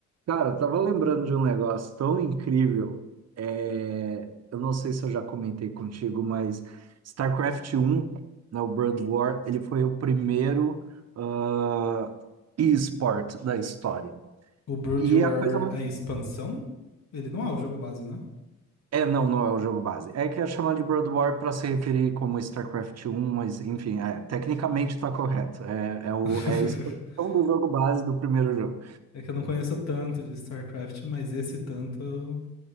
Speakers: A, on the right; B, on the left.
A: Cara, eu tava lembrando de um negócio tão incrível. É, eu não sei se eu já comentei contigo, mas StarCraft um, né, o Brood War, ele foi o primeiro ah, e-sport da história.
B: O Brood
A: E
B: War
A: é a coisa.
B: é expansão? Ele não é o jogo base, né?
A: É, não, não é o jogo base. É que é chamado de Brood War para se referir como StarCraft um, mas enfim, é, tecnicamente está correto. É, é, o,
B: <laughs>
A: é a expansão do jogo base do primeiro jogo.
B: É que eu não conheço tanto de StarCraft, mas esse tanto eu,